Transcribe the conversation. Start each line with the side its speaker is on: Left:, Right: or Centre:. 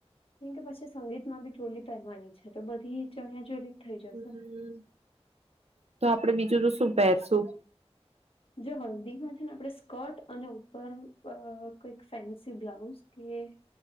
Left: કેમકે પછી સંગીત માં બી ટોલી પહેરવાની છે તો બધી ચણિયા ચોળ થઈ
Right: હમ
Left: જશે
Right: તો આપડે બીજું તો શું પહેરશું
Left: જો હલ્દીમાં છે ને આપણે સ્કર્ટ અને ઉપર કોઈક ફેન્સી બ્લાઉઝ કે